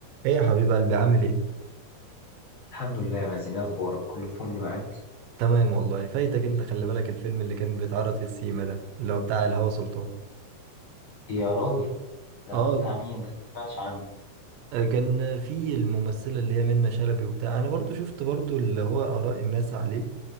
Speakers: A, on the right; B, on the left.
A: ايه يا حبيب قلبي عامل ايه
B: الحمد لله يا مازن إيه اخبارك كله فل معاك
A: تمام والله فايتك انت خلي بالك الفيلم اللي كان بيتعرض في السيما ده اللي هو بتاع الهوى سلطان
B: يا راجل ده
A: اه
B: بتاع مين ده ما سمعتش عنه
A: كان في الممثلة اللي هي منة شلبي وبتاع انا برضو شفت برضو اللي هو اراء الناس عليه